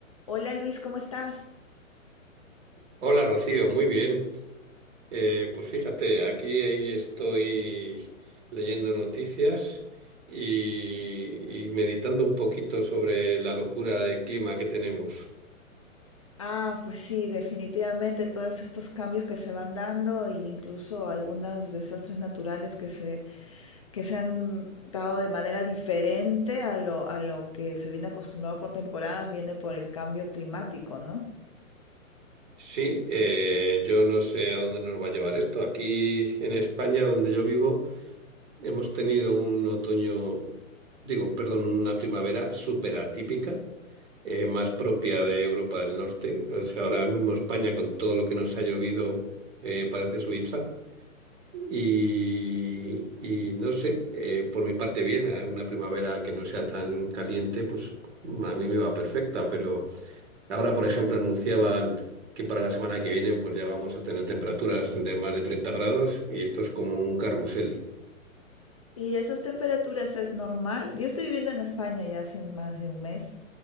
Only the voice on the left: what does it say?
Hola Luis, ¿cómo estás?
Ah, pues sí, definitivamente todos estos cambios que se van dando e incluso algunos desastres naturales que se, que se han dado de manera diferente a lo, a lo que se viene acostumbrado por temporadas, viene por el cambio climático, ¿no?
Y esas temperaturas es normal. Yo estoy viviendo en España ya hace más de un mes